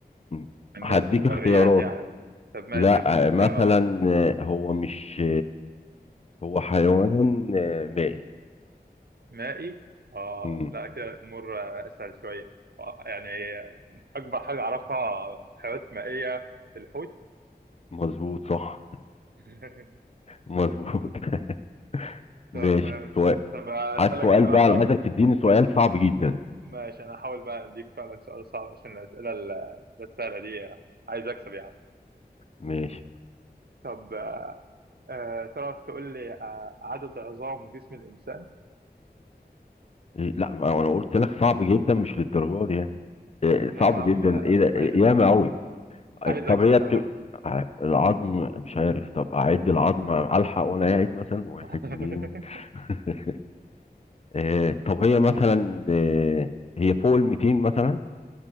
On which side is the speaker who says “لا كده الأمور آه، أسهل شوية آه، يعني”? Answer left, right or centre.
Right